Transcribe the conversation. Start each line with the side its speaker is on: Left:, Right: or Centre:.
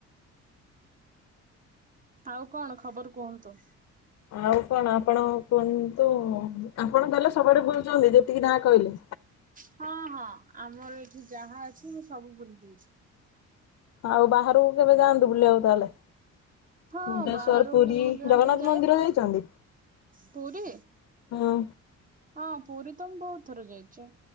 Right: ଆଉ କଣ ଖବର କୁହନ୍ତୁ?
Left: ଆଉ କଣ ଆପଣ କୁହନ୍ତୁ ଆପଣ ତାହଲେ ସବୁଆଡେ ବୁଲୁଛନ୍ତି ଯେତିକି ନା କହିଲେ
Right: ହଁ ହଁ ଆମର ଏଠି ଯାହା ଅଛି ମୁଁ ସବୁ ବୁଲି ଦେଇ ଦେଇଛି।
Left: ଆଉ ବାହାରକୁ କେବେ ଯାଆନ୍ତୁ ବୁଲିବାକୁ ତାହେଲେ?
Right: ହଁ
Left: ଭୁବନେଶ୍ବର
Right: ବାହାରୁ
Left: ପୁରୀ
Right: ବି ବୁଲିବା
Left: ଜଗନ୍ନାଥ
Right: ପାଇଁ ଯାଏ
Left: ମନ୍ଦିର ଯାଇଛନ୍ତି?
Right: ପୁରୀ
Left: ହଁ।
Right: ହଁ ପୁରୀ ତ ମୁଁ ବହୁତ ଥର ଯାଇଛି।